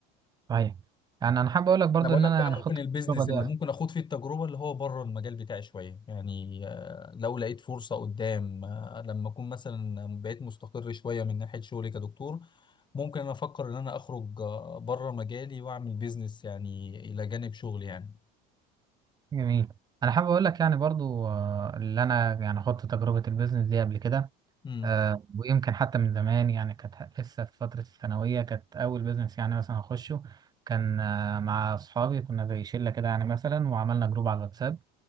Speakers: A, on the right; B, on the left.
A: صحيح يعني انا حابب اقول لك برضو
B: انا بقول
A: ان
B: لك
A: انا
B: بقى
A: يعني خطه
B: ممكن البيزنس
A: التجربه دي
B: اللي ممكن اخوض فيه التجربه اللي هو بره المجال بتاعي شويه يعني آه، لو لقيت فرصه قدام آه، لما اكون مثلا بقيت مستقر شويه من ناحيه شغلي كدكتور ممكن انا افكر ان انا اخرج آه، بره مجالي واعمل بيزنس يعني الى جانب شغلي يعني
A: جميل انا حابب اقول لك يعني برضو آه، اللي انا يعني خدت تجربه البيزنس دي قبل كده
B: امم
A: آه، ويمكن حتى من زمان يعني كانت لسه في فتره الثانويه كانت اول بيزنس يعني مثلا اخشه كان آه، مع اصحابي كنا زي شله كده يعني مثلا وعملنا جروب على الواتساب